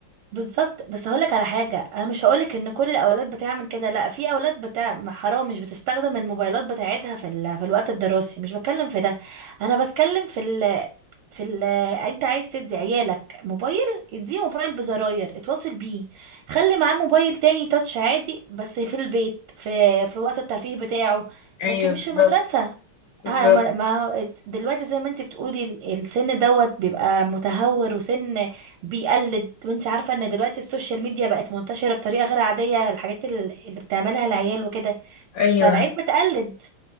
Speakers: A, on the right; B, on the left.
A: بالظبط بس هقولك على حاجة انا مش هقولك ان كل الاولاد بتعمل كده لا في اولاد بتاع حرام مش بتستخدم الموبايلات بتاعتها في ال... في الوقت الدراسي مش بتكلم في ده انا بتكلم في ال... في ال... انت عايز تدي عيالك موبايل اديه موبايل بزراير اتواصل بيه خلي معاه موبايل تاني تاتش عادي بس في البيت في في وقت الترفيه بتاعه
B: ايوه
A: لكن مش
B: بالظبط
A: في المدرسة
B: بالظبط
A: آه ما ما دلوقتي زي ما انت بتقولي ال- السن دوت بيبقى متهور وسن بيقلد وانت عارفة ان دلوقتي السوشيال ميديا بقت منتشرة بطريقة غير عادية الحاجات ال- اللي بتعملها العيال وكده
B: ايوه
A: فالعيال بتقلد